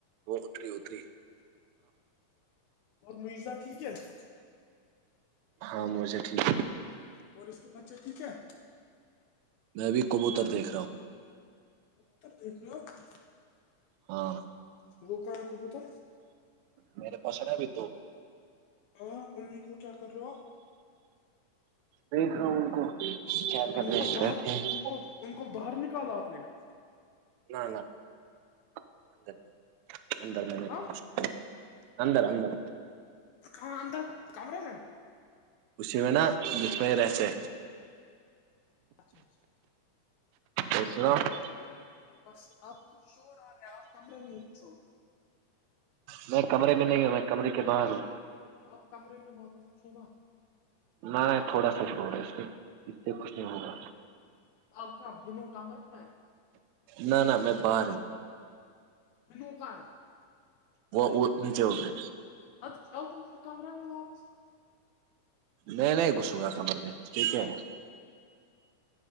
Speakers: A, on the right; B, on the left.
A: وہ اتری ہوتری
B: اور مزہ ٹھیک ہے <unintelligible>
A: ہاں موچا ٹھیک
B: اور اس کے بچے ٹھیک ہے
A: میں بھی کبوت دیکھ رہا ہوں
B: ت پریو <unintelligible>
A: ہاں
B: <unintelligible> وہ کہاں کوبو تو
A: میرے پاس ابھی دو
B: ہاں امی کو کیا کر رہے ہو آپ
A: دیکھ رہا ہوں ان کو کیا کر
B: ان
A: رہے
B: کو
A: ہیں
B: باہر
A: بیٹھے ہیں.
B: ان کو ان کو باہر نکالا آپ نے
A: نہ نہدر <unintelligible> اندر میں نے
B: ہاں
A: رکھا اندر اندر
B: ہاں اندر کمرے میں
A: اسی میں نا جس میں یہ رہتے
B: اچھا اچھا
A: اور سرؤ <unintelligible>
B: اور بس اپ کچھ شور آ رہے ہے آپ کمرے میں ہی کچھ ہو
A: میں کمرے میں نہیں ہوں میں کمرے کے باہر ہوں
B: آپ کمرے میں مسھے نا <unintelligible>
A: نہ نہیں تھوڑا سا جوو رہا ہے اس میں اس سے کچھ نہیں ہوگا
B: آپ کا دنوں کام رکھ میں ہے
A: ن نہ ن نہ میں باروں <unintelligible>
B: بوکن <unintelligible>
A: وہ وہ نیچے ادری
B: ا چ کمرانگ میں واپس <unintelligible>
A: میں نہیں گھسوں گا کمر میں ٹھیک ہے